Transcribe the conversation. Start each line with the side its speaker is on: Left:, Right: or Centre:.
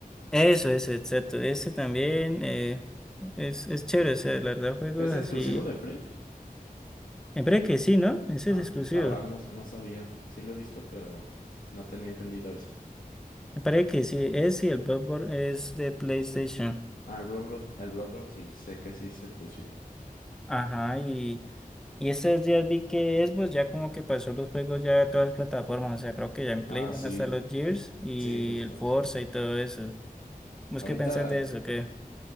Centre: Eso, eso, exacto, ese también, eh, es, es chévere, o sea, la verdad, juegos
Left: ¿Es exclusivo
Centre: así,
Left: de Play?
Centre: me parece que sí, ¿no? Ese
Left: Ah,
Centre: es exclusivo,
Left: la verdad no, no sabía. Sí lo he visto, pero no tenía entendido
Centre: me parece que sí, ese y el Bloodborne es de PlayStation,
Left: Ah, el Bloodborne, el Bloodborne sí, sé que sí es exclusivo.
Centre: ajá, y... Y estos días vi que Xbox ya como que pasó los juegos ya a todas las plataformas. O sea, creo que ya en Play
Left: Ah,
Centre: van
Left: sí,
Centre: a estar los Gears y
Left: sí, justo.
Centre: el Forza y todo eso. ¿Vos
Left: Ahorita
Centre: qué pensás de eso? ¿Qué?